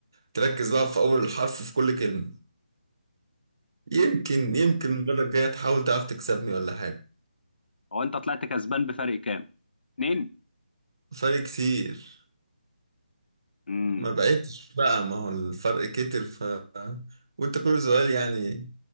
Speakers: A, on the right; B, on the left.
A: تركز بقى في أول حرف في كل كلمة يمكن يمكن المرة الجاية تحاول تعرف تكسبني ولا حاجة
B: هو انت طلعت كسبان بفرق كام اتنين
A: فرق كتير
B: امم
A: ما بقيتش بقى ما هو الفرق كتر ف وانت كل سؤال يعني